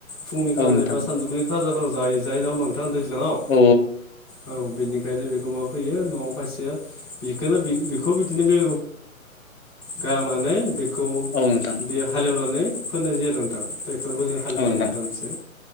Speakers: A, on the right; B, on the left.
A: फुंनि
B: औ
A: खाजा
B: नोंथां
A: एबा सानजौफुनि खाजाफोराव जा जायो नङा होमबा नोंथां दैज्लाङाव
B: औ
A: औ बेनि ओंखायनो बेखौ मा फैयो न'आव खायसे बेखौनो बेखौ बिदिनो बे गारांनानै खौ
B: औ नोंथां
A: बे हाले एवनानै फोनाय जायो आरो नोंथां टेक्टरबो जों हाले
B: औ
A: एवनानै
B: नोंथां
A: आरामसे